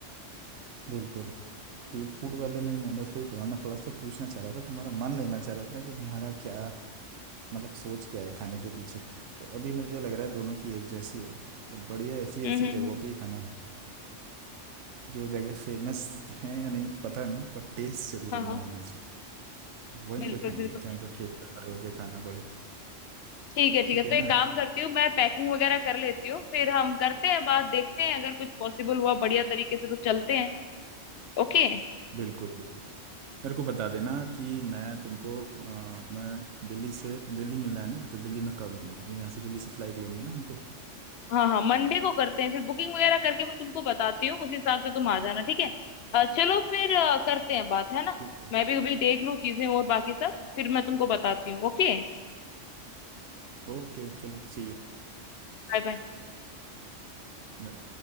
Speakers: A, on the right (about 70°); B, on the left (about 60°).
A: बिल्कुल स्ट्रीट फूड वाले में ही मैं बस वही पुराना थोड़ा सा पूछना चाह रहा था तुम्हारा मन लेना चाह रहा था कि तुम्हारा क्या मतलब सोच क्या है खाने के पीछे तो अभी मुझे लग रहा है दोनों की एक जैसी है तो बढ़िया ऐसी
B: हम्म
A: ऐसी
B: हम्म
A: जगहों
B: हम्म
A: पे ही खाना खा- जो जगह फेमस है या नहीं पता नहीं पर टेस्ट जरूर
B: हाँ
A: उनमें
B: हाँ
A: होना चाहिए वहीं
B: बिल्कुल
A: पे खाएंगे
B: बिल्कुल
A: चाहे तो ठेल पे खड़े होके खाना पड़े
B: ठीक है ठीक
A: ठीक
B: है तो
A: है
B: एक
A: ना
B: काम करती हूँ मैं पैकिंग वगैरह कर लेती हूँ फिर हम करते हैं बात देखते हैं अगर कुछ पॉसिबल हुआ बढ़िया तरीके से तो चलते हैं ओके
A: बिल्कुल बिल्कुल मेरे को बता देना कि मैं तुमको अ, मैं दिल्ली से दिल्ली मिलना है ना तो दिल्ली में कब मिलूँ यहाँ से दिल्ली से फ्लाइट लेनी है ना हमको
B: हाँ हाँ मंडे को करते हैं फिर बुकिंग वगैरह करके मैं तुमको बताती हूँ उस हिसाब से तुम आ जाना ठीक है अ, चलो फिर अ, करते हैं बात है ना
A: ठीक है
B: मैं भी अभी देख लूँ चीजें और बाकी सब फिर मैं तुमको बताती हूँ ओके
A: ओके चलो सी यू
B: Bye bye
A: बाय।